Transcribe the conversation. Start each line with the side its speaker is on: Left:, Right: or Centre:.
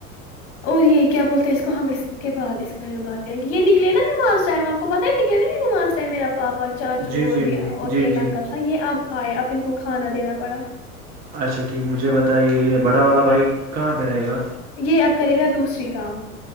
Left: اور یہ کیا بولتے ہیں اس کو ہم اس کے بعد اس بارے میں بات کریں گے یہ نکے نا نماز ائم آپ کو پتہ ہے نکلےا یہ نماز چے میرا پاپا چاچو
Right: جی
Left: اور
Right: جی
Left: بھی
Right: جی جی
Left: ایک
Right: جی
Left: انکل تھا یہ اب آئے اب ان کو کھانا دینا پڑا
Right: اچھا ٹھیک مجھے بتائیے یہ بڑا والا بائک کہاں پہ رہے گا
Left: یہ اب کرے گا دوسری کام